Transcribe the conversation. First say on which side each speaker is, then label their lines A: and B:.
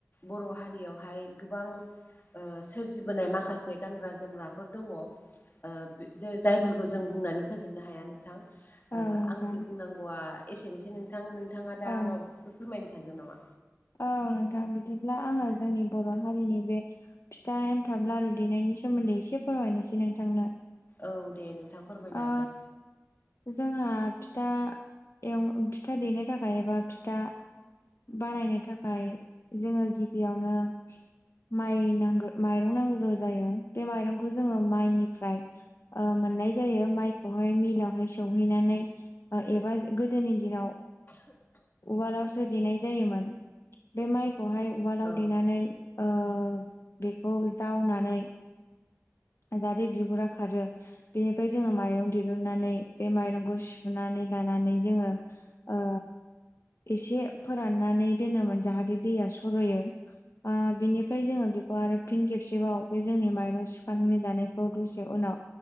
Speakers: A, on the left; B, on the left.
A: बर' हारियावहाय गोबां ओ सोरजिबोनाय माखासे गानग्रा-जोमग्राफोर दङ ओ जो-जायफोरखौ जों बुंनानै फोजोबनो हाया नोंथां ओ
B: औ नोंथां
A: आंनि बुंनांगौआ एसेनोसै नोंथां। नोंथाङा दा
B: ओं
A: माबाफोरखौ फोरमायनो सानदों नामा?
B: औ नोंथां बिदिब्ला आङो जोंनि बर' हारिनि बे फिथा, एन्थाब, लारु देनाय नि सोमोन्दै एसे फोरमायनोसै नोंथांनो।
A: औ दे नोंथां फोरमायनो
B: ओ
A: हागोन
B: जोंहा फि था एउ-फिथा देनो थाखाय एबा फिथा बानायनो थाखाय जोङो गिबियावनो माइ नांगो माइरं नांग्रोगौ जायो बे माइरंखौ जोङो माइनिफ्राय ओ मोन नाय जायो माइखौहाय मिलावहाय सौहैनानै एबा गोदोनि दिनाव ओ उवालावसो देनाय जायोमोन बे माइ खौहाय उवालाव
A: औ
B: देनानै ओ बेखौ जावनानै जाहाथे बिगुरा खारो बेनिफ्राय जोङो माइरं दिहुननानै बे माइरंखौ सुना नै लानानै जोङो ओ एसे फोराननानै दोनोमोन जाहाथे दैया सर'यो ओ बिनिफ्राय जोङो बेखौ आरो फिन खेबसेबाव बे जोंनि माइरं सु खानानै लानायखौ दसे उनाव